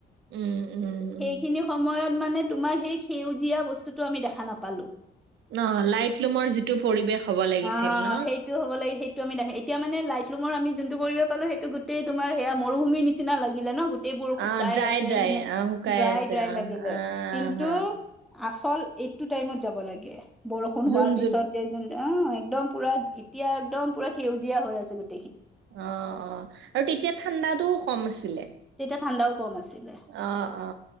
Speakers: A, on the right (about 70°); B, in the centre.
A: উম উম, উম,
B: সেইখিনি সময়ত মানে তোমাৰ সেই সেউজীয়া বস্তুটো আমি দেখা নাপালো
A: ন লাইটলোমৰ যিটো পৰিৱেশ হ'ব লাগিছিল
B: অ
A: ন?
B: সেইটো হ'ব লাগে সেইটো আমি দেখে এতিয়া মানে লাইট লোমৰ আমি যোনটো কৰিব পালো সেইটো গোটেই তোমাৰ মৰুভূমি নিচিনা লাগিলে ন গো গোটেবোৰ শুকাই
A: অ', ড্ৰাই
B: আছে
A: ড্ৰাই
B: সেনে
A: অ', শুকাই
B: ড্ৰাই
A: আছে
B: ড্ৰাই
A: অ',
B: লাগিলে
A: আহ,
B: কিন্তু
A: হা
B: আচল এইটো টাইমত যাব লাগে বৰষুণ
A: জুন
B: হোৱাৰ পিছত
A: জুন
B: যে অ একদম পোৰা এতিয়া একদম পোৰা সেউজীয়া হৈ আছে গোটেই
A: অ অ আৰু তেতিয়া ঠাণ্ডাতটোও কম আছে যে
B: তেতিয়া ঠাণ্ডাও কম আছিলে
A: অ অ